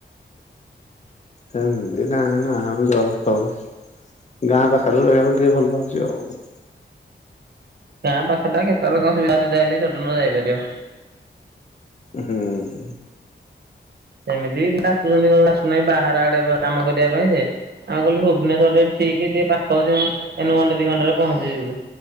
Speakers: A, on the left; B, on the right.
A: ସେମତି ନାହିଁ ନା ହେମ ଯବ ଫବ। ଗାଁ ପାଖରେ ରହିବାକୁ ଟିକେ ଭଲ ଲାଗୁଚି ଆଉ।
B: ଗାଁ ପାଖଟା କେତଳେ କଣ ସୁବିଧା ଅସୁବିଧା ହେଲେ ସଡନ ଯାଇପାରିବ।
A: ହୁଁହୁଁ।
B: ସେମିତି ବି କୁଲୁ ଆ ନାଇଁ ବାହାର ଆଡେ ଘ କାମ କରିବା ପାଇଁ ଯେ ଆମେ କହିଲୁ ଭୁବନେଶ୍ଵରରେ ଠିକି ଟିକେ ପାଖକୁ ଯାଉଁ ଏନୁ ଘଣ୍ଟେ ଦି ଘଣ୍ଟାରେ ପହଞ୍ଚିଯିବୁ